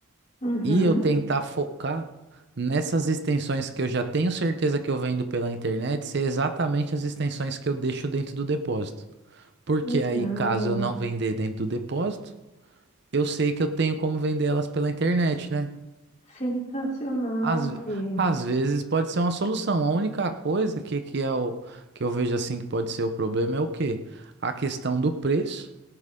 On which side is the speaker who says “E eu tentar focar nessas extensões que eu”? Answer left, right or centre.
Right